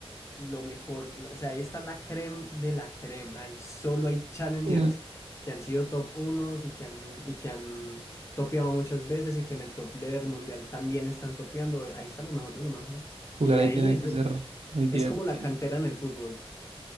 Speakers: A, on the left (about 30°); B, on the right (about 80°).
A: lo mejor, o sea, esta es la creme de la crema y solo hay challengers
B: Nah,
A: que han sido top unos y que han, y que han topeado muchas veces y que en el top leader mundial también están topeando, ahí está lo mejor de lo mejor.
B: Jugar
A: Y
B: ahí
A: ahí
B: tiene
A: es,
B: que ser muy divertido.
A: es como la cantera en el fútbol,